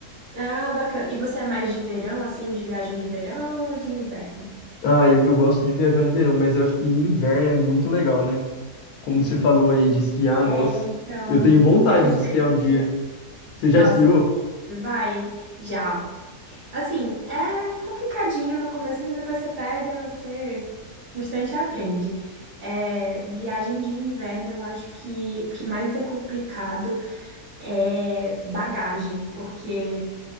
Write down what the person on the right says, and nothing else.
Ah, bacana. E você é mais de verão, assim, de viagem de verão ou de inverno?
É,
então,
é uma experiência.
Nossa,
vai, hein? Já. Assim, é complicadinho no começo, mas depois você pega, você no instante aprende. É, viagem de inverno, eu acho que o que mais é complicado é bagagem, porque